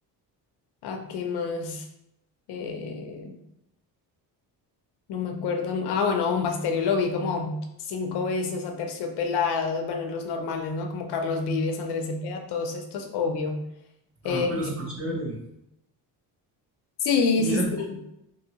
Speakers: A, on the left (about 65°); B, on the right (about 30°).
A: ¿a qué más? Eh, no me acuerdo. Ah, bueno, a un Basterio lo vi como cinco veces, a Terciopelados, bueno, los normales, ¿no? Como Carlos Vives, Andrés Cepeda, todos estos, obvio.
B: Ah,
A: Eh,
B: pero súper chévere.
A: sí,
B: Mira,
A: sí, sí.